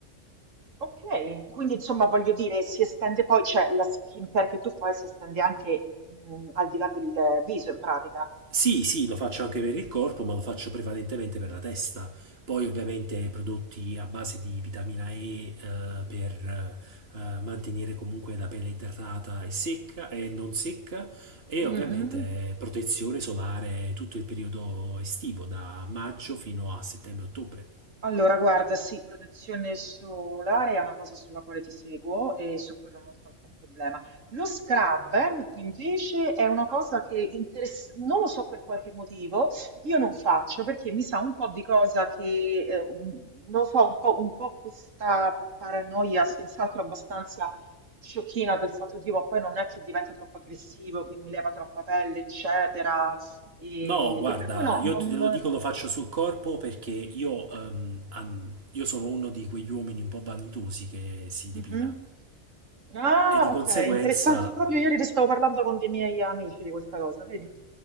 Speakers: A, on the right; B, on the right.
A: ok. Quindi insomma voglio dire, si estende poi, cioè la skincare che tu fai si estende anche mm, al di là del viso in pratica.
B: Sì, sì, lo faccio anche per il corpo, ma lo faccio prevalentemente per la testa. Poi ovviamente prodotti a base di vitamina E, eh, per eh, mantenere comunque la pelle idratata e secca e non secca e
A: Mhm.
B: ovviamente protezione solare tutto il periodo estivo, da maggio fino a settembre-ottobre.
A: Allora, guarda, sì, protezione solare è una cosa sulla quale ti seguo e su quello non c'è alcun problema. Lo scrub, eh, invece, è una cosa che interess- non lo so per qualche motivo, io non faccio perché mi sa un po' di cosa che, eh, un- non lo so, un po', un po' questa paranoia, senz'altro abbastanza sciocchina del fatto di, ma poi non è che diventa troppo aggressivo, che mi leva troppa pelle, eccetera. E,
B: No, guarda,
A: e per cui no,
B: io
A: non,
B: te lo dico, lo faccio sul corpo perché io, ehm, an- io sono uno di quegli uomini un po' vanitosi che si
A: Mhm.
B: depila
A: Ah,
B: e di conseguenza
A: ok, interessante. Proprio ieri ne stavo parlando con dei miei amici di questa cosa, vedi?